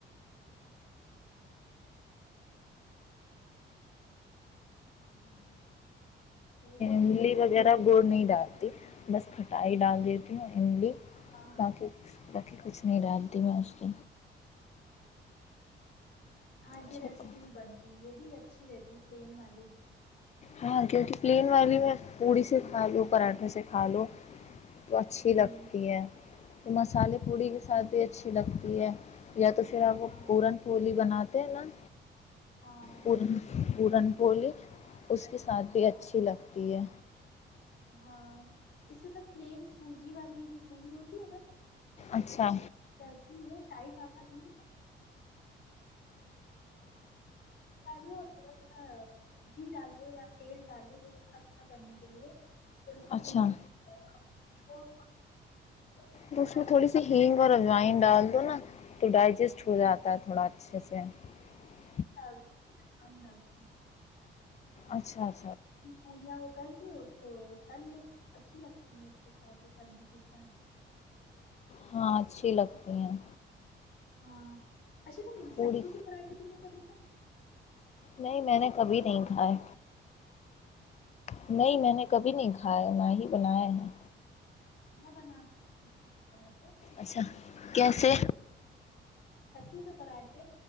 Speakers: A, on the left; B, on the left.
A: <unintelligible> تو ب
B: بلی وغیرہ بول نہیں ڈالتی بس کھٹائی ڈال دیتی ہوں ایملی
A: ہاں ہاں
B: بقی باقی کچھ نہیں رات دی میں اس کی
A: ہاں یہ
B: ٹھیک
A: ریسیپی
B: ہے
A: بھی بنتی ہے یہ بھی اچھی رہتی ہے پلین والی
B: ہاں کیونکہ پلین والی میں پوڑی سے کھا لو پراٹھا سے کھا لو تو اچھی
A: بھی ہوں
B: لگتی ہے تو مسالحے پوڑی کے ساتھ بھی اچھی لگتی ہے یا تو پھر آپ وہ
A: ہاں
B: پورن پولی بنا اتے ہیں ن
A: ہاں
B: پورن پورن پلی اس کے ساتھ بھی اچھی لگتی ہے
A: ہاں اس کے ساتھ پلین سوجی والی جو پوڑی ہوتی ہے نا
B: اچھا
A: چلتی ہے <unintelligible> ٹائٹ آٹا ب <inaudible> ڈالو اور تھوڑا سا جھی ڈال لو یا تیل ڈالو جو خستہ کرنے کے لیے پھر اس کو
B: اچھا
A: گون تھا چھوڑ منٹ
B: تو اس
A: ٹائٹ
B: میں تھوڑی
A: ٹائٹ
B: سی ہینگ اور اجوائن ڈال دو نا تو ڈائجسٹ ہو جاتا ہے تھوڑا اچھا سے <unintelligible>
A: نہیں نال <unintelligible>
B: اچھاچ
A: یہ پڑیا و کر کی ہو تو تل لو اچھی لگتی ہیں اس کے ساتھ وہ کرنے کے ساتھ
B: ہاں اچھی لگتی ہیں
A: ہاں اچھا ت
B: پوڑی
A: ستو کے پراٹھے تم نے کبھی تھے
B: نہیں میں نے کبھی نہیں کھاائے نہیں میں نے کبھی نہیں کھایا نہ ہی بنایا ہیں
A: میں بنا کر <unintelligible> <unintelligible>
B: اچھا کیسے
A: کتو کے پراٹھے